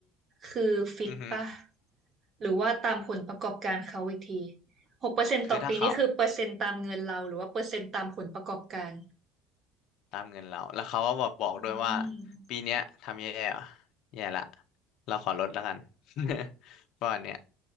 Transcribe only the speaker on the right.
คือฟิกป่ะ
หรือว่าตามผลประกอบการเขาอีกทีหกเปอร์เซ็นต์ต่อปีนี่คือเปอร์เซ็นต์ตามเงินเราหรือว่าเปอร์เซ็นต์ตามผลประกอบการ
อืม